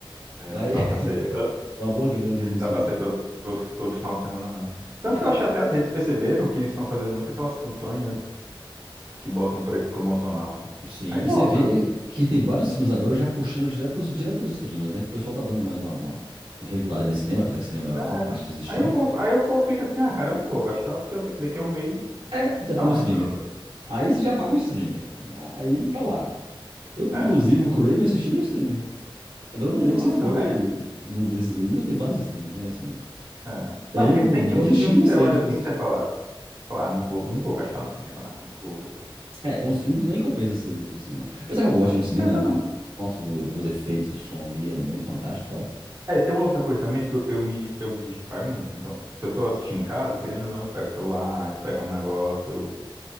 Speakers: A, on the right; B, on the right.
A: É,
B: Vai
A: não
B: <laughs>
A: dá pra ser,
B: uma boa grana nisso
A: dá pra
B: aí.
A: ser todo, todo, todo final de semana, não. Tanto
B: Dá
A: que
B: não.
A: eu acho que até as redes perceberam que eles estão fazendo muito aquelas campanhas que botam um preço promocional, né?
B: Sim,
A: Aí lota,
B: e você vê que tem vários filmes agora já puxando direto pros, direto pros streams, né? Que o pessoal tá dando mais uma, uma, uma regulada nesse cinema, apesar que cinema
A: É.
B: é fantástico
A: é.
B: pra você assistir.
A: Aí o povo, aí o povo fica assim, ah, cara, eu não vou gastar, porque eu sei que daqui a um mês
B: É, já
A: tá
B: tá no
A: lá
B: streamer.
A: em casa.
B: Aí você já paga o streamer. Aí tá lá. Eu,
A: É.
B: inclusive, o Crave assisti no streamer. Agora eu não lembro
A: Pô,
B: se foi
A: é, não é.
B: num desses aí, eu tenho vários streams, né? Assim.
A: É. Não,
B: E Aí
A: porque
B: eu vou
A: tem tipo
B: assistir,
A: de filme
B: não
A: que você
B: sei
A: olha
B: onde fui
A: assim
B: assistir.
A: e você fala, fala, ah, não vou, não vou gastar no cinema, não. Não vou, não vou.
B: É, tem uns filmes que nem compensa sair assim no cinema. Apesar que eu gosto de ir no cinema,
A: Pensa
B: né? Porque,
A: não.
B: nossa, os efeitos, o som ali é muito fantástico e tal.
A: É, tem uma outra coisa também que eu, eu me, eu me distraio muito. Então, se eu tô assistindo em casa, querendo ou não, eu pego o celular, eu pego um negócio, eu...